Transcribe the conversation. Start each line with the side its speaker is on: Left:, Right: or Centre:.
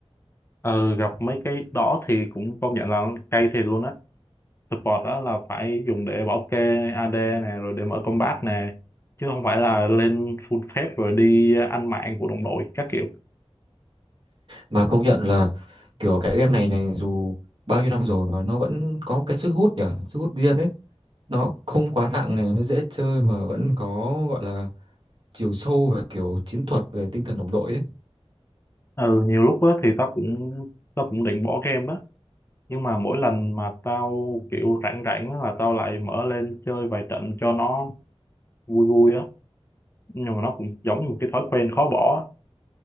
Left: Ừ gặp mấy cái đó thì cũng công nhận là cay thiệt luôn á. support đó là phải dùng để bảo kê AD này rồi để mở combat nè chứ không phải là lên full phép rồi đi ăn mạng của đồng đội các kiểu
Right: Mà công nhận là kiểu cái game này này dù bao nhiêu năm rồi mà nó vẫn có cái sức hút nhỉ, sức hút riêng ấy. Nó không quá nặng này, nó dễ chơi mà vẫn có gọi là chiều sâu về kiểu chiến thuật về tinh thần đồng đội ấy
Left: ừ nhiều lúc á thì tao cũng tao cũng định bỏ game á nhưng mà mỗi lần mà tao kiểu rảnh rảnh á là tao lại mở lên chơi vài trận cho nó vui vui á nhưng mà nó cũng giống như một cái thói quen khó bỏ á.